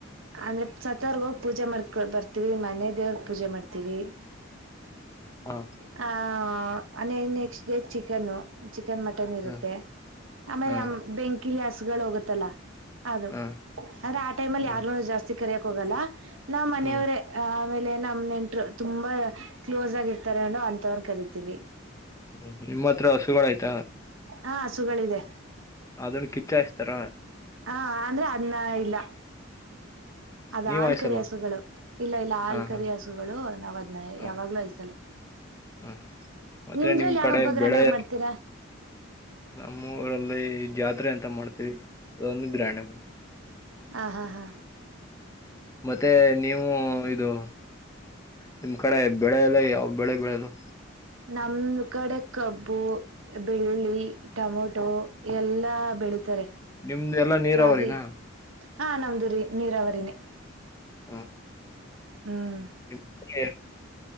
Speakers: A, on the right; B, on the left.
A: ಆಗುತ್ತ ಸತ್ತವರು ಹೋಗಿ ಪೂಜೆ ಮಾಡ್ಕೊ ಬರ್ತೀವಿ ಮನೆ ದೇವ್ರಗ್ ಪೂಜೆ ಮಾಡ್ತೀವಿ
B: ಹಾ
A: ಹಾ ಹ ನೆಕ್ಸ್ಟಡೇ ಚಿಕನ್ನು ಚಿಕನ್ ಮಟನ್ ಇರುತ್ತೆ
B: ಹ್ಮ್
A: ಆಮೇಲೆ
B: ಹ್ಮ್
A: ಬೆಂಕಿಲಿ ಅಷ್ಟು ಗಳು ಹೋಗತ್ತಲ್ಲಾ ಅದು
B: ಹ್ಮ್
A: ಆ ಟೈಮ್ ಅಲ್ಲಿ
B: ಹ್ಮ್
A: ಯಾರನು ಜಾಸ್ತಿ ಕರಕ್ ಹೋಗಲ್ಲ ನಾ ಮನೆಯವರೇ
B: ಹ್ಮ್
A: ಆ ಆಮೇಲೆ ನಮ್ ನೆಂಟರು ತುಂಬಾ ಕ್ಲೋಸ್ ಆಗಿ ಇರ್ ತರನು ಅಂತವ್ರ ಕರಿತೀವಿ
B: ಹ್ಮ ನಿಮ್ಮ ಹತ್ರ ಹಸುಗಳ ಆಯ್ತಾ
A: ಹಾ ಹಸುಗಳಿದೆ
B: ಅದನ್ ಕಿಚ್ಚಾಯಸ್ತಾರ
A: ಹಾ ಅಂದ್ರೆ ಅನ್ನ ಇಲ್ಲ ಅದ
B: ನೀವ್
A: ಹಲ್ಕಾರಿ
B: ಆಯ್ಸಲ್ವಾ
A: ಹಸುಗಳು ಇಲ್ಲ ಇಲ್ಲ ಹಲ್ಕಾರಿ
B: ಹಾ ಹಾ
A: ಹಸುಗಳು ನಾವ ಅದ್ನ
B: ಹಾ
A: ಯಾವಾಗ್ಲೂ ಹಯಸಲ್ಲ
B: ಹಾ ಮತ್ತೆ
A: ನಿಮ್ದ್ರಲ್ಲಿ
B: ನಿಮ್
A: ಯಾವ
B: ಕಡೆ
A: ಹಬ್ಬ ಗ್ರ್ಯಾಂಡ್
B: ಬೆಳೆ
A: ಆಗಿ ಮಾಡ್ತೀರ
B: ನಮ್ಮ ಊರಲ್ಲಿ ಜಾತ್ರೆ ಅಂತ ಮಾಡ್ತೀವಿ ಅದೊಂದು ಗ್ರ್ಯಾಂಡ್ಮಾ
A: ಆ ಹಾ ಹಾ
B: ಮತ್ತೆ ನೀವು ಇದು ನಿಮ್ ಕಡೆ ಬೆಳೆಲ್ಲ ಯಾವ ಬೆಳೆ ಬೆಳೆದು
A: ನಮ್ಮ್ ಕಡೆ ಕಬ್ಬು ಬೆಳ್ಳುಳ್ಳಿ ಟೊಮ್ಯಾಟೋ ಎಲ್ಲಾ ಬೆಳಿತಾರೆ
B: ನಿಮ್ದ ಎಲ್ಲಾ ನೀರಾವರಿನಾ
A: ರಾಗಿ ಹಾ ನಮ್ದು ರಿ ನೀರಾವರಿನೆ
B: ಹ
A: ಹ್ಮ್
B: ನಿಮ್ ಕಡೆ